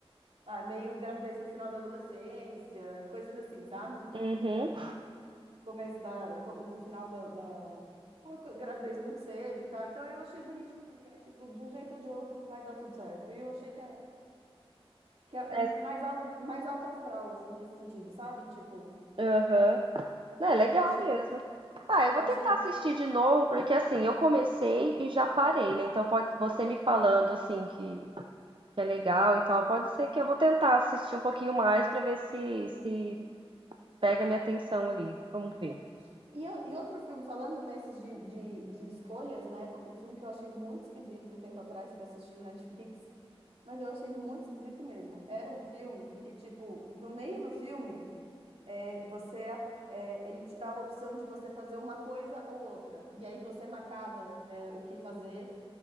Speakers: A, on the right; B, on the right.
A: Ah, meio gravidez no final da adolescência, coisas assim, sabe?
B: Uhum.
A: Começo da, com- no final da, da- uma co- gravidez muito cedo e tal. Então eu achei bonitinho, que é tipo, de um jeito ou de outro vai dar tudo certo. E eu achei que é, que é é
B: É,
A: mais, al, mais alto astral, assim, nesse sentido, sabe? Tipo,
B: aham. Não, é legal
A: eu achei,
B: mesmo. Ah, eu
A: eu
B: vou
A: achei.
B: tentar assistir de novo, porque assim, eu comecei e já parei, né? Então pode você me falando assim que, que é legal e tal, pode ser que eu vou tentar assistir um pouquinho mais pra ver se se pega minha atenção ali. Vamos ver.
A: é, E, eu- e outro filme, falando nesses de, de, de escolhas, né? Outro filme que eu achei muito esquisito um tempo atrás, que eu assisti no Netflix, <laughs> mas eu achei muito esquisito mesmo. Era um filme que, tipo, no meio do filme, é, você, a- é, ele te dava a opção de você fazer uma coisa ou outra. E aí você marcava, é, o que fazer